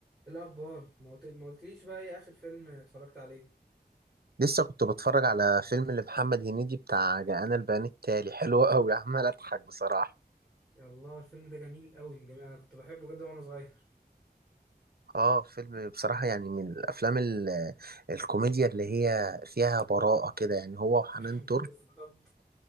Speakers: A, in the centre; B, on the right.
A: الأخبار ما قلت- ما قلتليش بقى إيه آخر فيلم اتفرجت عليه
B: لسه كنت بتفرج على فيلم لمحمد هنيدي بتاع جاءنا البيان التالي <laughs> حلو قوي عمال اضحك بصراحة
A: يا الله الفيلم ده جميل قوي جميل أنا كنت بحبه جدا وأنا صغير
B: اه فيلم بصراحة يعني من الافلام ال- الكوميديا اللي هي فيها براءة كده يعني هو وحنان
A: <laughs>
B: ترك
A: بالظبط